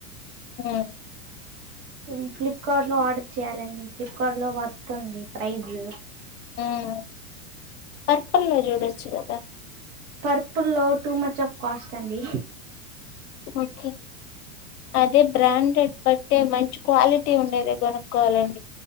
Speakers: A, on the left (about 85°); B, on the right (about 65°).
A: <unintelligible>
B: ఇన్ క్లిక్ <inaudible> ఆర్డర్ చేయాలండి ఫ్లిప్కార్ట్ లో వర్తుంది ప్రైజ్.
A: ఉమ్ పర్పల్ లో జూ రిచ్ గదా
B: పర్పుల్లో టూ మచ్ ఆఫ్ కాస్ట్ అండి
A: ఒకే అదే బ్రాండెడ్ బట్ అంటే మంచి క్వాలిటీ ఉండేదే కొనుక్కోవాలండి.